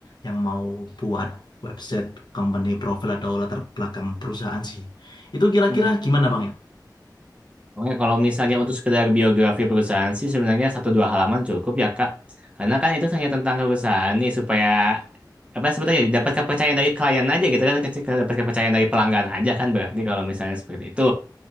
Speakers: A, on the left; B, on the right.
A: yang mau buat website company profile atau latar belakang perusahaan sih. Itu kira-kira
B: Hmm.
A: gimana Bang ya?
B: Oke, kalau misalnya untuk sekedar biografi perusahaan sih sebenarnya satu dua halaman cukup ya Kak. Karena kan itu hanya tentang perusahaan nih supaya apa sebetulnya dapat kepercayaan dari klien aja gitu kan, kece- dapat kepercayaan dari pelanggan aja kan berarti kalau misalnya seperti itu.